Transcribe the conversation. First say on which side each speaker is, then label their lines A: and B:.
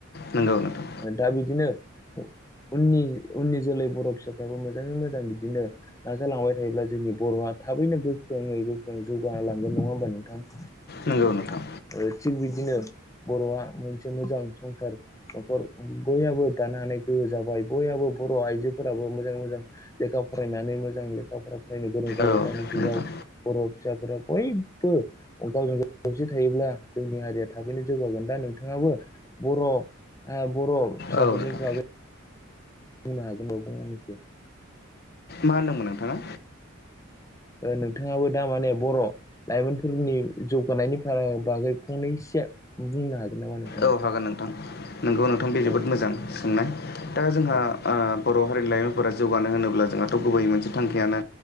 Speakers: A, on the left; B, on the left.
A: नंगौ नोंथां
B: दा बिदिनो उननि उननि जोलै बर फिसाफ्राबो मोजांङै मोजां बिदिनो नाजालांबाय थायोब्ला जोंनि बर'आ थाबैनो गोख्रोङै गोख्रोङै जौगालांगोन नङा होमबा नोंथां थिग
A: नंगौ नोंथां
B: ओ थिग बिदिनो बरआ मोनसे मोजां संसार नखर बययाबो दा ह गोहो जाबाय बयाबबो बर' आइजोफोराबो मोजां मोजां लेखा फरायनानै मोजां लेखा फरायनो गोरों जाबाय
A: औ
B: दानि जुगाव
A: नोंथां
B: । बर' फिसाफोरा बयबो गावजों गाव खौसे थायोब्ला जोंनि हारिया थाबैनो जौगाब दा नोंथाङाबो बर' आ बर' फिसफोरनि
A: औ नोंथां
B: बागै बुंनो हागोनबाव बुंहनैसो
A: मा होनदोंमोन नोंथाङा?
B: ओ नोंथाङाबो द माने बर लाइमोनफोरनि जौगानायनि फार बागै फंनैसो बुंनो हागोन नामा नोंथाङा?
A: औ हागोन नोंथां नोंगौ नोंथां बे जोबोद
B: औ
A: मोजां
B: नोंथां दे
A: सोंनाय दा जोंहा
B: औ
A: ओ बर' हारिनि लाइमोनफोरा ज होनोब्ला जोंहाथ' गुबै मोनसे थांखियानो